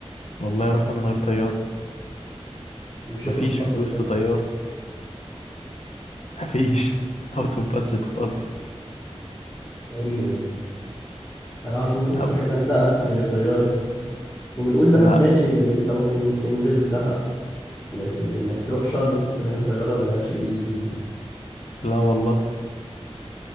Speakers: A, on the left; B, on the left.
A: والله رحنا من غير طيارة
B: مشيتوا
A: مفيش
B: في البحر
A: فلوس
B: إزاي
A: لطيارة <laughs> مفيش اوت اوف بادجت خالص
B: غريبة دي أنا عارف إن أنت ممكن
A: لا
B: تروح الغردقة من غير طيارة وبنقول دهب
A: لا
B: ماشي لأن أنت ممكن تنزل في نفق لكن إنك تروح شرم من غير طيارة ده شيء جديد جدا
A: لا والله